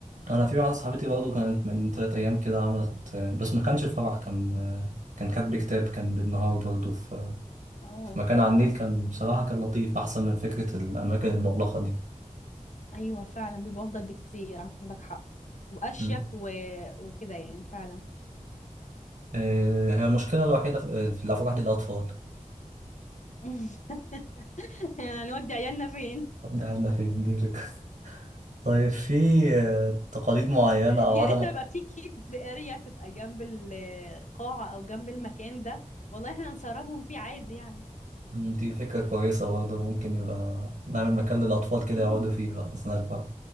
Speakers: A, on the right; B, on the left.
A: أنا في واحدة صاحبتي برضه كانت من تلات أيام كده عملت بس ما كانش فرح كان كان كاتب كتاب كان بالنهار برضه في
B: اه
A: في مكان على النيل كان بصراحة كان لطيف أحسن من فكرة الأماكن المغلقة دي
B: ايوه فعلا بيبقى افضل بكتير عندك حق واشيك
A: م.
B: و... وكده يعني فعلا
A: آه، هي المشكلة الوحيدة في في الأفراح دي الأطفال
B: <laughs> هنودي عيالنا فين
A: طب ده عنا فين دي فكرة <laughs> طيب في آه، تقاليد معينة أو
B: يا
A: عدم
B: ريت لو يبقى في كيدز اريا تبقى جنب القاعة او جنب المكان ده والله احنا نسربهم فيه عادي يعني
A: مم، دي فكرة كويسة برضه ممكن يبقى نعمل مكان للأطفال كده
B: امم
A: يقعدوا فيه بقى أثناء الفرح